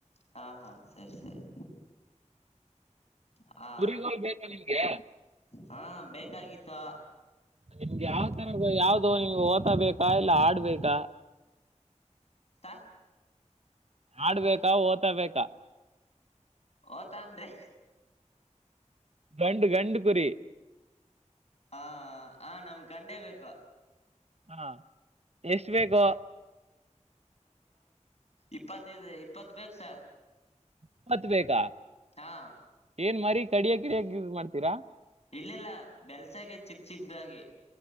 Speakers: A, on the left (about 55°); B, on the right (about 55°).
A: ಹಾ ಹಾ ಸರಿ ಸರಿ ಹಾ
B: ಕುರಿಗಳು ಬೇಕಾ ನಿಮ್ಗೆ
A: ಹಾ ಬೇಕಾಗಿತ್ತು
B: ನಿಮ್ಗೆ ಯಾವ್ ತರದ ಯಾವ್ದು ನಿಮ್ಗೆ ಓತಬೇಕಾ ಇಲ್ಲ ಆಡ್ಬೇಕಾ
A: ಸಾರ್
B: ಆಡ್ಬೇಕಾ ಓದತ ಬಾ
A: ಓತ ಅಂದ್ರೆ
B: ಗಂಡು ಗಂಡು ಕುರಿ
A: ಹಾ ಹ ನಮ್ ಗಂಡೇ ಬೇಕು
B: ಹಾ ಎಷ್ಟು ಬೇಕು
A: ಇಪ್ಪತ್ತದು ಇಪ್ಪತ್ ಬೇಕು ಸರ್
B: ಇಪ್ಪತ್ತು ಬೇಕ
A: ಹಾ
B: ಏನ್ ಮಾರಿ ಕಡಿಯ ಕಿಡಿಯಕ ಯೂಸ್ ಮಾಡ್ತೀರಾ
A: ಇಲ್ಲಿಲ್ಲ ಬೆಲ್ಸಾಗ ಚಿಕ್ ಚಿಕ್ದಾಗಿ